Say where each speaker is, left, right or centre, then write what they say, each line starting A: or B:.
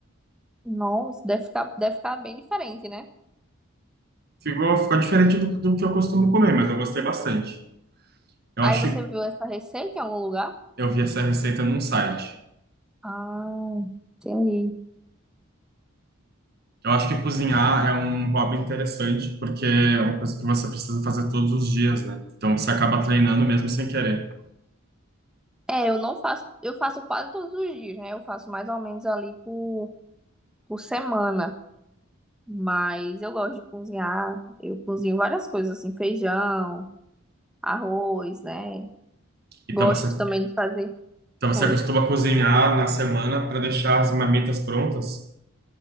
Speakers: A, in the centre; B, on the right (about 45°).
A: Nossa, deve ficar, deve ficar bem diferente, né?
B: Ficou, ficou diferente do, do que eu costumo comer, mas eu gostei bastante. Eu
A: Aí
B: acho,
A: você viu essa receita em algum lugar?
B: eu vi essa receita num site.
A: Ah, entendi.
B: Eu acho que cozinhar é um hobby interessante, porque é uma coisa que você precisa fazer todos os dias, né? Então você acaba treinando mesmo sem querer.
A: É, eu não faço, eu faço quase todos os dias, né? Eu faço mais ou menos ali por, por semana. Mas eu gosto de cozinhar. Eu cozinho várias coisas, assim, feijão, arroz, né?
B: Então
A: Gosto
B: você
A: também de fazer.
B: Então você
A: Oi?
B: costuma cozinhar na semana para deixar as marmitas prontas?